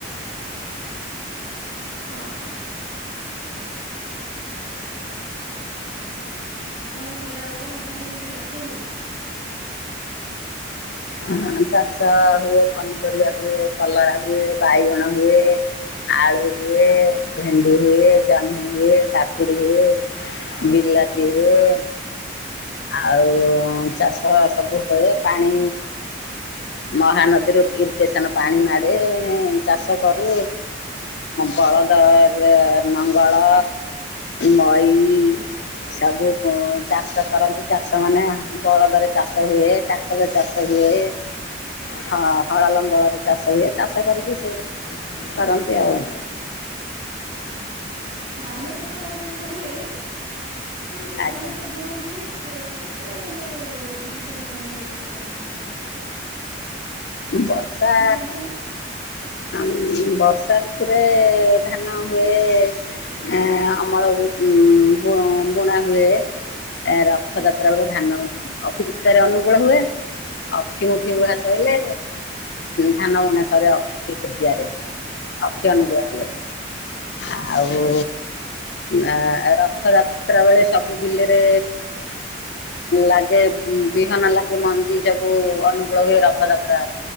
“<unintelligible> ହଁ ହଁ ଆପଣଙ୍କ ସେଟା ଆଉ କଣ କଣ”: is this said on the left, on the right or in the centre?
Right